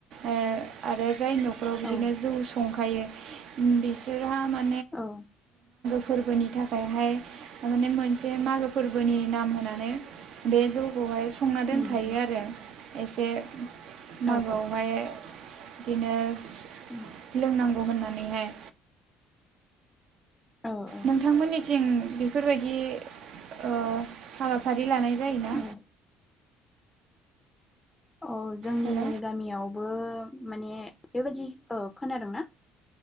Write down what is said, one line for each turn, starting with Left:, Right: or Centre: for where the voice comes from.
Right: ओ आरो जाय न'खराव बिदिनो
Left: औ
Right: जौ संखायो बिसोरा मा
Left: औ
Right: फोरबोनि थाखायहाय माने मोनसे मागो फोरबोनि नाम होनानै बे जौखौहाय संना दोनखायो
Left: उम उम
Right: आरो एसे मागोआवहाय
Left: औ
Right: दिनोस
Left: उम
Right: लोंनांगौ होननानैहाय
Left: औ औ
Right: नोंथांमोननि थिं बेफोरबायदि ओ हाबाफारि लानाय जायोना?
Left: औ अ जोंनि
Right: हेल'
Left: गामियावबो माने बेबायदि औ खोनादोंना?